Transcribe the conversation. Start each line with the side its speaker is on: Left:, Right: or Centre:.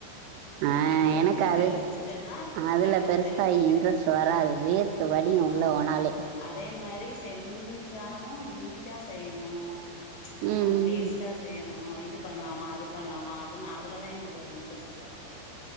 Right: ஆ
Left: சமைக்கிறதுன்னு
Right: எனக்கு அது
Left: யோசிச்சுட்டேன்னா
Right: அதுல
Left: டக்குன்னு
Right: பெருசா
Left: செஞ்சிருவே
Right: இன்ட்ரெஸ்ட் வராது வே த்து வடியு உள்ள
Left: ஆ
Right: போனாலே
Left: அதே மாதிரி செஞ்சாலு நீட்டா செய்யணு ஆ
Right: ம்
Left: டேஸ்டா செய்யணு இது பண்ணலாமா அது பண்ணலாமா அப்டின்னு அதுலதா எனக்கு ஒரு இன்ட்ரெஸ்ட் வரு